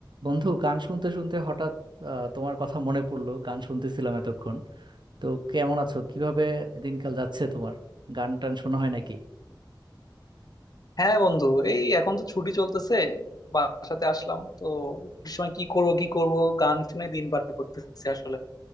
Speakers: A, on the right (about 65°); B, on the left (about 50°).
A: বন্ধু গান শুনতে শুনতে হঠাৎ আহ, তোমার কথা মনে পড়লো গান শুনতেছিলাম এতক্ষণ তো কেমন আছো কিভাবে দিনকাল যাচ্ছে তোমার গান টান শোনা হয় নাকি
B: হ্যাঁ বন্ধু এই এখন তো ছুটি চলতেছে বাসাতে আসলাম তো ছুটির সময় কি করব কি করব গান শুনে দিন পার করতেছি আসলে